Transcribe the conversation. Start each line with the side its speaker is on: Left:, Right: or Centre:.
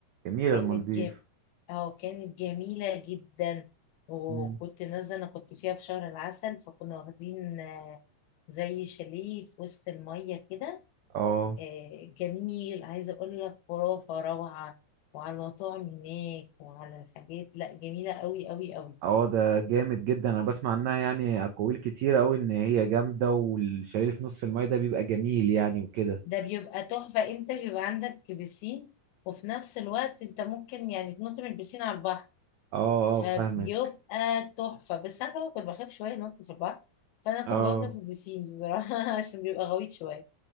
Right: جميله
Left: كانت
Right: المالديف
Left: جم اه كانت جميلة جدا وكنت
Right: مم.
Left: نازلة انا كنت فيها في شهر العسل فكنا واخدين آه، زي شاليه في وسط المية كده
Right: اه
Left: آه، جميل عايزة أقول لك خرافة روعة وعلى المطاعم هناك وعلى الحاجات لا جميلة قوي قوي قوي
Right: اه ده جامد جدا انا بسمع عنها يعني اقاويل كتير قوي ان هي جامده والشاليه اللي في نص المايه ده بيبقى جميل يعني وكده
Left: ده بيبقى تحفة أنت بيبقى عندك بسين وفي نفس الوقت أنت ممكن يعني تنط من البسين على البحر
Right: اه
Left: فبيبقى
Right: اه فاهمك
Left: تحفة بس أنا طبعا كنت بخاف شوية أنط في البحر فأنا كنت
Right: اه
Left: بفضل في البسين بصراحة <laughs> عشان بيبقى غويط شوية